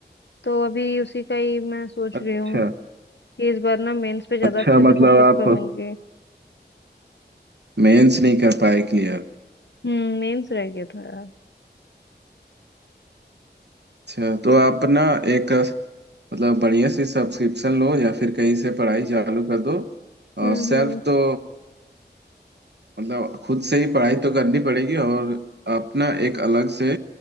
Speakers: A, on the left (about 80°); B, on the right (about 70°).
A: तो अभी उसी का ही मैं सोच
B: अच्छा
A: रही हूँ कि इस बार ना मेंस पे ज्यादा
B: अच्छा
A: अच्छे
B: मतलब
A: से फोकस
B: आप
A: करूंगी
B: मेंस नहीं कर पाए क्लियर
A: हम्म मेंस रह गया था यार
B: अच्छा तो आप ना एक मतलब बढ़िया सी सब्सक्रिप्शन लो या फिर कहीं से पढ़ाई चालू कर दो और
A: हम्म
B: सेल्फ
A: हम्म
B: तो मतलब खुद से ही पढ़ाई तो करनी पड़ेगी और अपना एक अलग से